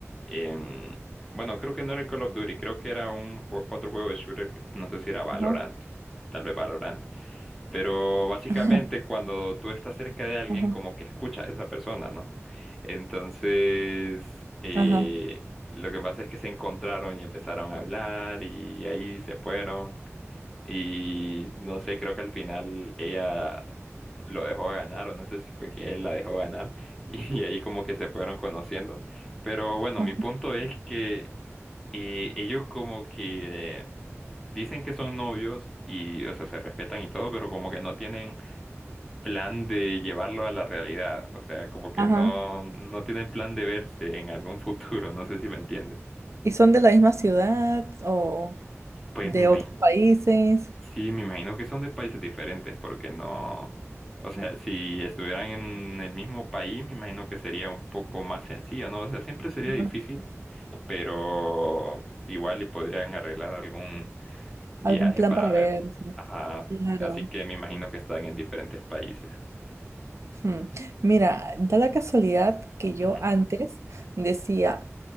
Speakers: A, in the centre; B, on the right (about 70°).
A: em, bueno, creo que no era el Call of Duty, creo que era un jue- otro juego de shooter, que- no sé si era Valorant,
B: ajá,
A: tal vez Valorant, pero básicamente
B: ajá,
A: cuando tú estás cerca de alguien
B: ajá,
A: como que escuchas a esa persona, ¿no? Entonces, eh,
B: ajá,
A: lo que pasa es que se encontraron y empezaron a hablar y ahí se fueron. Y no sé, creo que al final ella lo dejó ganar, o no sé si fue que él la dejó ganar, <laughs> y ahí como que se fueron conociendo. Pero bueno,
B: ajá.
A: mi punto es que eh, ellos como que dicen que son novios y, o sea, se respetan y todo, pero como que no tienen plan de llevarlo a la realidad, o sea, como que
B: ajá.
A: no, no tienen plan de verse en algún futuro, no sé si me entiendes.
B: ¿Y son de la misma ciudad o
A: Pues
B: de
A: me imagino.
B: otros países?
A: Sí, me imagino que son de países diferentes, porque no, o sea, si estuvieran en el mismo país, me imagino que sería un poco más sencillo, ¿no? O sea, siempre sería difícil,
B: Ajá.
A: pero igual y podrían arreglar algún viaje
B: ¿Algún plan
A: para
B: para
A: ver.
B: verse?
A: Ajá,
B: Claro.
A: así que me imagino que están en diferentes países.
B: Hmm. Mira, da la casualidad que yo
A: Ujú.
B: antes decía,